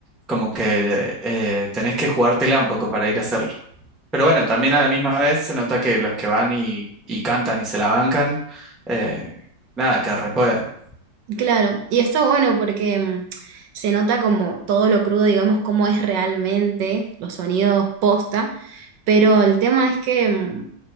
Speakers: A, in the centre; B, on the right.
A: como que eh, tenés que jugártela un poco para ir a hacerlo. Pero bueno, también a la misma vez se nota que los que van y, y cantan y se la bancan, eh, nada, que repuedan.
B: Claro, y está bueno porque mm, se nota como todo lo crudo, digamos, cómo es realmente los sonidos posta, pero el tema es que, mm,